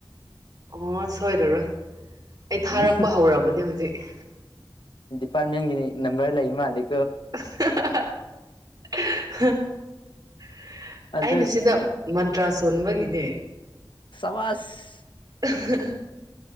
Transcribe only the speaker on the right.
ꯑꯣ ꯁꯣꯏꯗꯔꯣꯏ ꯑꯩ ꯊꯥꯔꯛꯄ
ꯍꯧꯔꯕꯅꯦ ꯍꯧꯖꯤꯛ
<unintelligible>
ꯑꯩꯅ ꯁꯤꯗ ꯃꯟꯇ꯭ꯔꯥ ꯁꯣꯟꯕꯒꯤ ꯅꯦ
<inaudible>